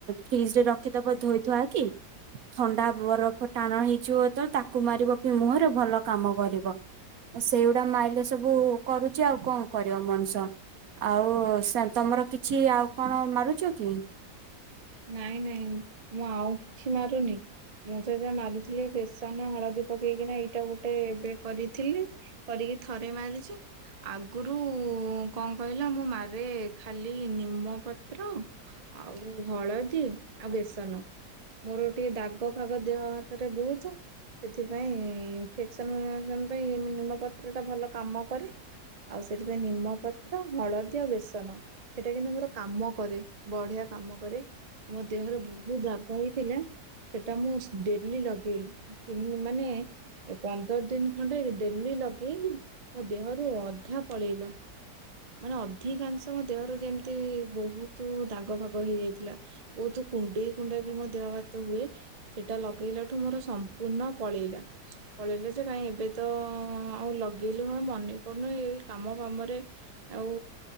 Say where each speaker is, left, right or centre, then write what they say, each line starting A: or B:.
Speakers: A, on the right (about 60°); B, on the right (about 35°).
A: ଫ୍ରିଜ ରେ ରଖିଦବ ଧୋଇଧୁଆ କି ଥଣ୍ଡା ବରଫ ଟାଣ ହେଇଯିବ ଯେତେବେଳେ ତାକୁ ମାରିବ ମୁହଁରେ ଭଲ କାମ କରିବ। ମୁଁ ସେଇଗୁଡା ମାଇଲେ ସବୁ କରୁଛି ଆଉ କଣ କରିବ ମଣିଷ? ଆଉ ତମର କିଛି ଆଉ କଣ ମାରୁଛ କି?
B: ନାଇଁ ନାଇଁ ମୁଁ ଆଉ କିଛି ମାରୁନି। ମୁଁ ଟ ମାରୁଥିଲି ବେସନ, ହଳଦୀ ପକେଇକିନା ଏଇଟା ଗୋଟେ ଏବେ କରିଥିଲି। କରିକି ଥରେ ମାରିଛି ଆଗରୁ କଣ କହିଲ ମୁଁ ମାରେ ଖାଲି ନିମ ପତ୍ର ଆଉ ହଳଦୀ ଆଉ ବେସନ। ମୋର ଟିକେ ଦାଗ ଫାଗ ଦେହ ହାତରେ ବହୁତ ସେଥିପାଇଁ ଇନଫେକ୍ସନ <unintelligible> ପାଇଁ ନିମପତ୍ରଟା ଭଲ କାମ କରେ। ଆଉ ସେଥିପାଇଁ ନିମପତ୍ର, ହଳଦୀ ଆଉ ବେସନ ସେଇଟା କିନ୍ତୁ ମୋର କାମ କରେ। ବଢିଆ କାମ କରେ ମୋ ଦେହରେ ବହୁତ ଦାଗ ହେଇଥିଲା ସେଟା ମୁଁ ଡେଲି ଲଗେଇଲି ମାନେ ଏ ପନ୍ଦର ଦିନ ଖଣ୍ଡେ ଡେଲି ଲଗେଇଲି ମୋ ଦେହରୁ ଅଧା ପଳେଇଲା। ମାନେ ଅଧିକାଂଶ ମୋ ଦେହରୁ ଯେମିତି ବହୁତ ତୁ ଦାଗ ଫାଗ ହେଇଯାଇଥିଲା ବହୁତୁ କୁଣ୍ଡେଇ କୁଣ୍ଡେଇ ବି ମୋ ଦେହ ହାତ ହୁଏ ସେଇଟା ଲଗେଇଲା ଠୁ ମୋର ସମ୍ପୂର୍ଣ୍ଣ ପଳେଇଲା। ପଳେଇଲେ ଯେ କାଇଁ ଏବେ ତ ଆଉ ଲଗେଇଲେ କଣ ମନେ ପଡୁନି ଏ କାମ ବାମରେ ଆଉ